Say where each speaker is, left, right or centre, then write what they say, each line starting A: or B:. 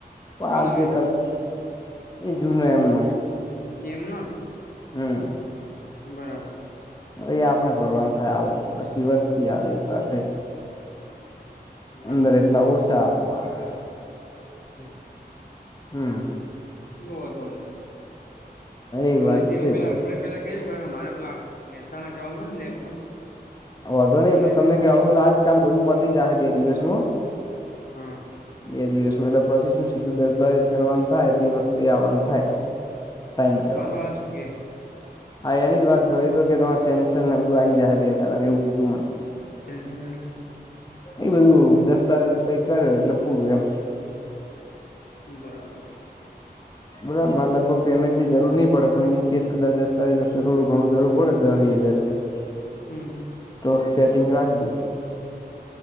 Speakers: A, on the left; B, on the left.
A: તો
B: કોનો
A: હાલ જે
B: વેરો
A: ખર્ચ એ જુ ન એમનો.
B: એમનો?
A: હમ
B: બરાબર,
A: એ આપડે ભરવાનું થાય. હાલ પછી વતી
B: હમ
A: હાલ એ પાસે
B: બરાબર
A: અંદર એટલા ઓસા આપવાના.
B: હમ
A: હમ
B: નવા ધોની?
A: એ
B: મને
A: વાત
B: જેવ
A: છે
B: પેલા અઠવાડિયા પેલા કેજે મારે પેલા મહેસાણા જવાનું હોય ને લેબમાં
A: વધો
B: હ
A: નહી તો
B: મહેસાણા
A: તમને કેમલ આજકાલ બધું પતી જાયશે બે દિવસમાં.
B: હા
A: બે દિવસમાં એટલે પછી શું સીધું દસ્તાવેજ કરવાનું થાય તે વખતે આવવાનું થાય. સાઇન કરવા.
B: લોન વાળા શું કે
A: હા એની જ વાત કરવી તો કેરે સેન્શન ને બધું આવી જાય બે દાડામાં એવું કીધું મને તો.
B: ટેનશન એટલે?
A: એ બધું દસ્તાવેજ કઈ કરે એટલે પૂરું એમ.
B: બરાબર.
A: બરાબર મારે લગભગ પેમેન્ટની જરૂર નહીં પડે. પણ ઇન કેસ કદા દતાવેજ વખતે થોડું ઘણું જરૂર પડે દહ વીહ હજાર રૂપિયા.
B: હમ
A: તો સેટિંગ રાખજો.